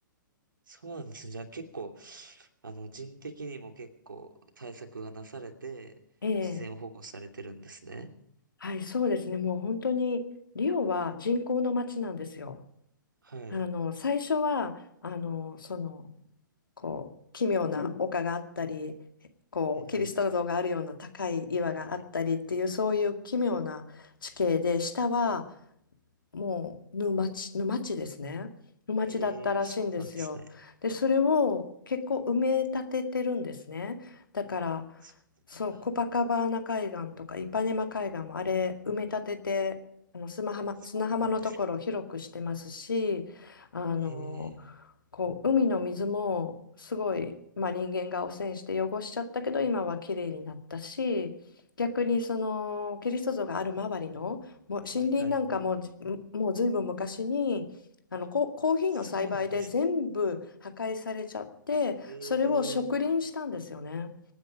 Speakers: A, on the right (about 70°); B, on the left (about 75°).
A: そうなんですね。じゃあ結構、あの、人的にも結構対策がなされて、
B: ええ、
A: 自然を保護されてるんですね。
B: はい、そうですね。もう本当にリオは人口の街なんですよ。
A: はい。
B: あの最初はあのそのこう奇妙な丘があったり、こうキリスト像があるような高い岩があったりっていうそういう奇妙な地形で下は
A: はい、はい、はい。はい。
B: もう沼地、沼地ですね。沼地だったらしいんですよ。
A: ええー、そうなんですね。
B: で、それを結構埋め立ててるんですね。だから、
A: あ、そうなんだ。
B: そう、コパカバーナ海岸とかイパネマ海岸もあれ埋め立てて、あの砂浜、
A: そうなんですね。
B: 砂浜のところを広くしてますし、あの
A: ええ
B: こう、海の水もすごい、まあ、人間が汚染して汚しちゃったけど、今はきれいになったし、逆にそのキリスト像がある周りのもう森林なんかもじ、
A: ー、はい、はい、はい。
B: もうずいぶん昔にあのコ、
A: あ、
B: コーヒーの栽培で全部破壊されちゃって、
A: そうなんですね。え
B: それを植林したんですよね。
A: えー、